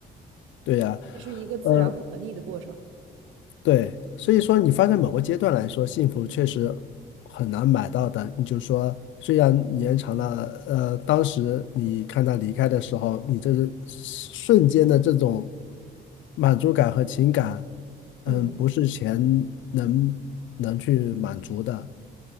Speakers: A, on the left; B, on the right.
A: 对呀，
B: 这是一个自然不可逆的过程。
A: 呃。对，所以说你发在某个阶段来说，幸福确实很难买到的。你就说，虽然你延长了，呃，当时你看他离开的时候，你这是瞬间的这种满足感和情感，嗯，
B: 嗯
A: 不是钱能能去满足的